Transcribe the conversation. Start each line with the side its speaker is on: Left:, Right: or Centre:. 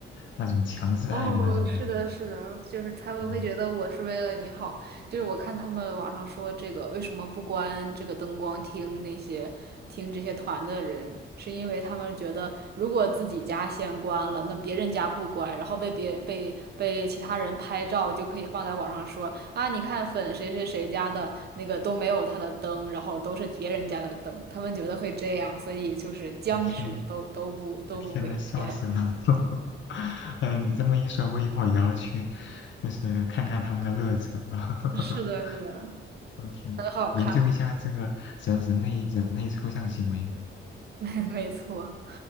Left: 那种强制爱的那种感觉。
Right: 哦，是的，是的，就是他们会觉得我是为了你好。
Left: 嗯，
Right: 就是我看他们网上说这个为什么不关这个灯光听那些听这些团的人，是因为他们觉得如果自己家先关了，那别人家不关，然后被别被被其他人拍照就可以放在网上说啊，你看粉谁谁谁家的那个都没有他的灯，然后都是别人家的灯，他们觉得会这样，所以就是僵持着都都不都不会变。
Left: 我天呐，我天呐，笑死了。
Right: <laughs>
Left: <laughs> 嗯，你这么一说，我以后也要去，就是看看他们的乐子了。<laughs>
Right: 是的，是的，
Left: 我天，
Right: 很好看。
Left: 研究一下这个人人类人类抽象行为，
Right: <laughs> 没没错。